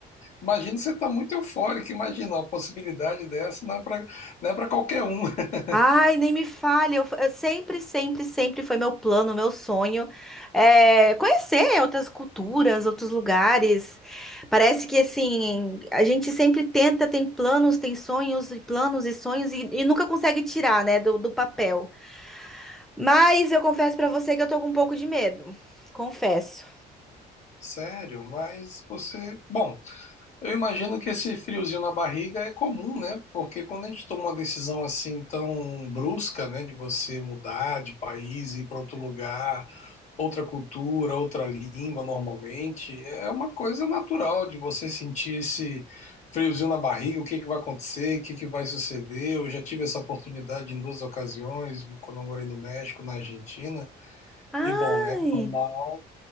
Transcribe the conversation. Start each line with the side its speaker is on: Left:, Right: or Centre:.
Left: Imagino que você tá muito eufórico, imagina uma possibilidade dessa, não é para, não é para qualquer um. <laughs>
Centre: Ai, nem me fale. Eu, eu sempre, sempre, sempre foi meu plano, meu sonho, é, conhecer outras culturas, outros lugares. Parece que assim, a gente sempre tenta, tem planos, tem sonhos e planos e sonhos e, e nunca consegue tirar, né, do do papel. Mas eu confesso pra você que eu tô com um pouco de medo. Confesso.
Left: Sério, mas você. Bom, eu imagino que esse friozinho na barriga é comum, né? Porque quando a gente toma uma decisão assim tão brusca, né, de você mudar de país, ir para outro lugar. outra cultura, outra língua normalmente, é uma coisa natural de você sentir esse friozinho na barriga, o que que vai acontecer, o que que vai suceder. Eu já tive essa oportunidade em duas ocasiões, quando eu morei no México, na Argentina,
Centre: Ai,
Left: e bom, é normal,